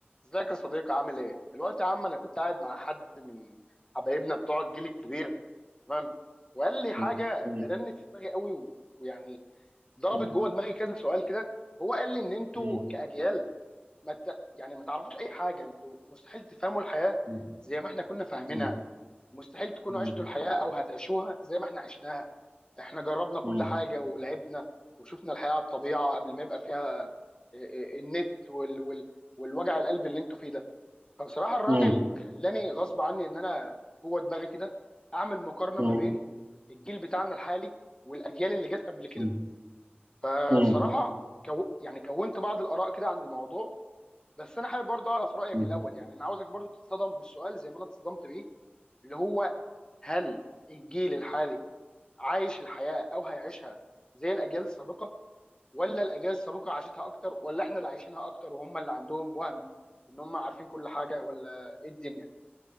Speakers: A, on the left; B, on the right.
A: ازيك يا صديقي عامل ايه؟ الوقت يا عم انا كنت قاعد مع حد من حبايبنا بتوع الجيل الكبير تمام وقال لي حاجه
B: مم. مم.
A: رنت في دماغي قوي و- ويعني ضربت
B: مم.
A: جوه دماغي كذا سؤال كده هو قال لي ان انتوا
B: مم.
A: كاجيال ما ت... يعني ما تعرفوش اي حاجه انتوا مستحيل تفهموا الحياه
B: مم.
A: زي ما احنا كنا فاهمينها
B: مم.
A: مستحيل تكونوا
B: مم.
A: عشتوا الحياه او هتعيشوها زي ما احنا عشناها احنا جربنا كل
B: مم.
A: حاجه ولعبنا وشفنا الحياه على الطبيعه قبل ما يبقى فيها ال- النت وال... وال... والوجع القلب اللي انتوا فيه ده فبصراحه الراجل
B: مم.
A: خلاني غصب عني ان انا جوه دماغي كده اعمل مقارنه
B: مم.
A: ما بين الجيل بتاعنا الحالي والاجيال اللي جت قبل كده
B: مم.
A: فبصراحه
B: مم.
A: كو... يعني كونت بعض الاراء كده عن الموضوع بس انا حابب برضه اعرف رايك
B: مم.
A: الاول يعني انا عاوزك برضه تتصدم بالسؤال زي ما انا اتصدمت بيه اللي هو هل الجيل الحالي عايش الحياه او هيعيشها زي الاجيال السابقه ولا الاجيال السابقه عاشتها اكتر ولا احنا اللي عايشينها اكتر وهم اللي عندهم وهم ان هم عارفين كل حاجه ولا ايه الدنيا